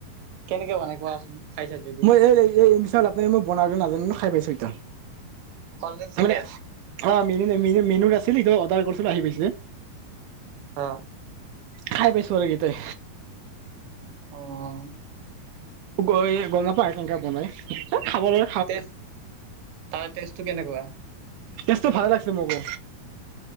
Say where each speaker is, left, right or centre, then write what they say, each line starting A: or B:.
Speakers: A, on the right; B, on the right.
A: কেনেকে বনাই কোৱাচোন খাইছা যদি
B: মই এই এই মই বনাব নাজানো খাই পাইছো এতিয়া
A: কলডিল চিকেন
B: মানে অ মেনু ম মেনুত আছিল এইটো অৰ্ডাৰ কৰিছিলো আহি পাইছে।
A: অহ।
B: খাই পাইছো আৰু এইকেইটা।
A: অহ
B: গৈ গম নাপাং <unintelligible> কেনকা বনাই খাবলৈ
A: টেষ্ট, তাৰ টেষ্টটো কেনেকুৱা?
B: টেষ্টটো ভালে লাগিছে মোকো।